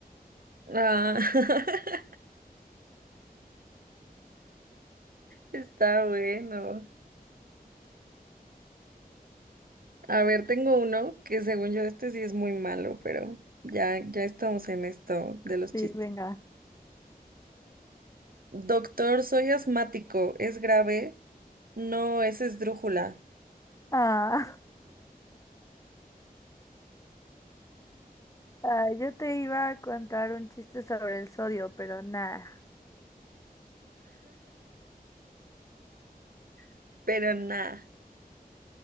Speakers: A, on the right (about 65°); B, on the left (about 20°).
A: Ah, <laughs> está bueno. A ver, tengo uno que según yo este sí es muy malo, pero ya, ya estamos en esto de los
B: Sí,
A: chistes.
B: venga.
A: Doctor, soy asmático, ¿es grave? No, es esdrújula.
B: Ah. Ah, yo te iba a contar un chiste sobre el sodio, pero nada.
A: <laughs> Pero nada.